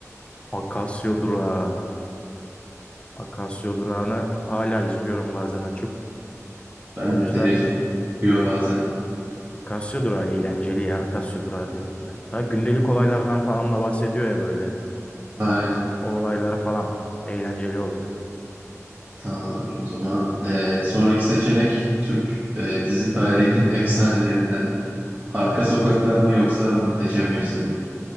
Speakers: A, on the left; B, on the right.
A: Akasya Durağı. Akasya Durağı'nı hala izliyorum bazen açıp.
B: Ben
A: O
B: de
A: yüzden
B: televizyon çıkıyor bazen.
A: Akasya Durağı eğlenceli ya. Akasya Durağı diyorum ben. Daha gündelik olaylardan falan da bahsediyor ya böyle.
B: Aynen
A: O olaylar falan eğlenceli oluyor.
B: tamamdır o zaman. Ee, sonraki seçenek Türk e, dizi tarihinin <laughs> efsanelerinden. Arka Sokaklar mı yoksa Muhteşem Yüzyıl mı?